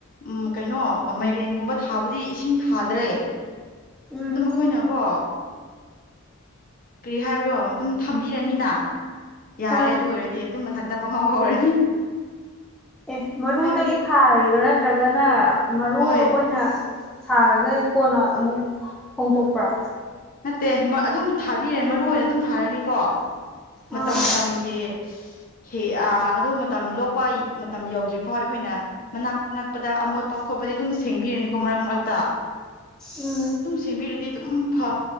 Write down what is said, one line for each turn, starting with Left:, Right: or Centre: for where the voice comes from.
Left: ꯎꯝ ꯀꯩꯅꯣ ꯃꯥꯏꯔꯦꯟꯒꯨꯝꯕ ꯊꯥꯕ ꯗꯤ ꯏꯁꯤꯡ ꯊꯥꯗ꯭ꯔꯦ
Centre: ꯎꯝ
Left: ꯑꯗꯨꯝ ꯑꯩꯈꯣꯏꯅꯀꯣ ꯀꯔꯤ ꯍꯥꯏꯕ꯭ꯔꯣ ꯑꯗꯨꯝ ꯊꯕꯤꯔꯅꯤꯅ ꯌꯥꯔꯦ
Centre: ꯑꯥ
Left: ꯑꯗꯨ ꯑꯣꯏꯔꯗꯤ ꯑꯗꯨꯝ ꯃꯊꯟꯇ ꯄꯪꯍꯧ ꯍꯧꯔꯅꯤ
Centre: ꯑꯦ ꯃꯔꯨꯗꯒꯤ
Left: ꯍꯥꯏꯕꯗꯤ
Centre: ꯊꯥꯔꯤꯔꯣ ꯅꯠꯇ꯭ꯔꯒꯥꯅ ꯃꯔꯨ
Left: ꯍꯣꯏ
Centre: ꯑꯣꯏꯅ ꯊꯥꯔꯒ ꯀꯣꯟꯅ ꯑꯃꯨꯛ ꯍꯣꯡꯗꯣꯛꯄ꯭ꯔꯥ
Left: ꯅꯠꯇꯦ ꯑꯗꯨꯝ ꯊꯥꯕꯤꯔꯦ ꯃꯔꯨ ꯑꯣꯏꯅ ꯑꯗꯨꯝ ꯊꯥꯔꯅꯤꯀꯣ ꯃꯇꯝ
Centre: ꯑꯥ
Left: ꯃꯇꯝꯒꯤ ꯍꯦꯛ ꯑꯗꯨ ꯃꯇꯝ ꯂꯣꯛꯄ ꯃꯇꯝ ꯌꯧꯗ꯭ꯔꯤ ꯐꯥꯎ ꯑꯩꯈꯣꯏꯅ ꯃꯅꯥꯛ ꯅꯛꯄꯗ ꯑꯃꯣꯠ ꯄ ꯈꯣꯠꯄꯗꯤ ꯑꯗꯨꯝ ꯁꯦꯡꯕꯤꯔꯅꯤꯀꯣ ꯃꯔꯛ ꯃꯔꯛꯇ
Centre: ꯎꯝ
Left: ꯑꯗꯨ ꯁꯦꯡꯕꯤꯔꯗꯤ ꯑꯗꯨꯝ ꯐꯥ